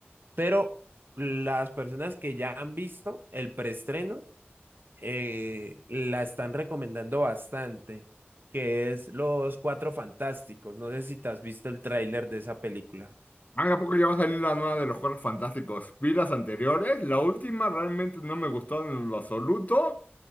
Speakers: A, on the right; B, on the left.
A: pero las personas que ya han visto el preestreno, eh, la están recomendando bastante, que es Los Cuatro Fantásticos. No sé si te has visto el tráiler de esa película.
B: Ay, ¿a poco ya va a salir la nueva de los Cuatro Fantásticos? Vi las anteriores, la última realmente no me gustó en lo absoluto.